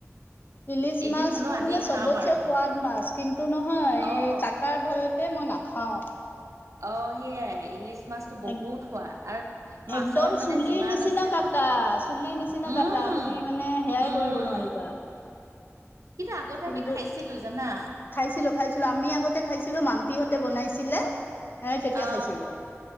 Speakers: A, on the left (about 40°); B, on the right (about 80°).
A: ইলিচ
B: এদিন
A: মাছ
B: হ'লেও
A: টো
B: আনি
A: বোলে
B: খাম
A: চবত
B: আৰু
A: চাই সোৱাদ। মাছ কিন্তু নহয়
B: অঁ
A: এই কটাৰ ভয়তে মই নাখাও।
B: অ সেইয়াই ইলিচ মাছ। তো বহুত
A: এক
B: সোৱাদ আৰ মাছৰ
A: একদম
B: মানে
A: চুলিৰ
B: যিমান
A: নিচিনা
B: আছে।
A: কাটা চুলিৰ নিচিনা
B: উম
A: কাটা তুমি মানে সেয়াই
B: উম
A: কৰিব নোৱাৰিবা।
B: কিন্তু আগতে
A: কিন্তু
B: আমি খাইছিলো জানা।
A: খাইছিলো খাইছিলো আমি আগতে খাইছিলো মাম্পিহঁতে বনাইছিলে। এ তেতিয়া
B: অ
A: খাইছিলো।